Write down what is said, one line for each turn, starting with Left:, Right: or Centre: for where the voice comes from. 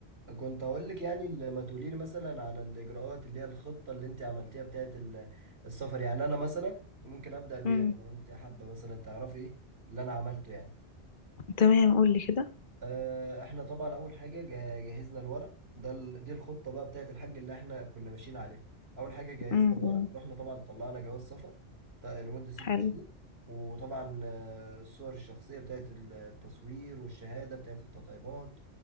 Right: كنت هقول لك يعني ال- ما تقولي لي مثلا على الاجراءات اللي هي الخطة اللي انت عملتيها بتاعت ال- السفر يعني انا مثلا ممكن ابدأ بيه
Left: امم
Right: انا لو انت حابة مثلا تعرفي ايه اللي انا عملته يعني
Left: تمام قول لي كده
Right: آه، احنا طبعا اول حاجه جا- جهزنا الورق ده ال- دي الخطه بقى بتاعت الحاج اللي احنا كنا ماشيين عليها اول حاجه جهزنا
Left: امم
Right: الورق
Left: أمم،
Right: رحنا طبعا طلعنا جواز سفر تا- لمده ست
Left: حلو
Right: شهور وطبعا آه، الصور الشخصيه بتاعت التصوير والشهاده بتاعت التطعيمات